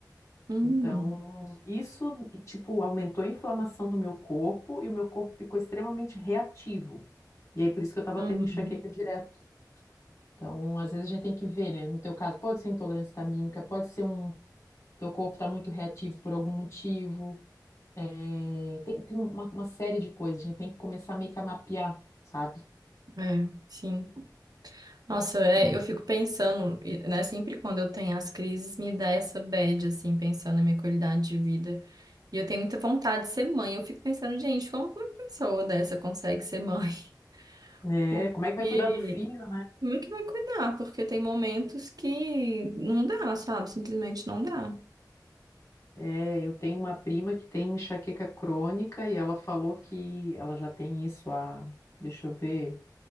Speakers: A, on the right (about 60°); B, on the left (about 45°).
A: Uhum,
B: Então, isso, tipo, aumentou a inflamação do meu corpo e o meu corpo ficou extremamente reativo. E aí, por isso que eu estava
A: uhum.
B: tendo enxaqueca direto. Então, às vezes a gente tem que ver, né? No teu caso, pode ser intolerância histamínica, pode ser um... Teu corpo está muito reativo por algum motivo. É, Tem, tem uma, uma série de coisas. A gente tem que começar meio que a mapear, sabe?
A: É, sim. Nossa, é, eu fico pensando, e, né? Sempre quando eu tenho as crises, me dá essa bad, assim, pensando na minha qualidade de vida. E eu tenho muita vontade de ser mãe. Eu fico pensando, gente, como que uma pessoa dessa consegue ser mãe? <laughs>
B: É,
A: Porque
B: como é que vai cuidar do filho,
A: como é que vai cuidar? Porque tem momentos que não dá, sabe? Simplesmente não dá.
B: É, eu tenho uma prima que tem enxaqueca crônica e ela falou que ela já tem isso há, deixa eu ver,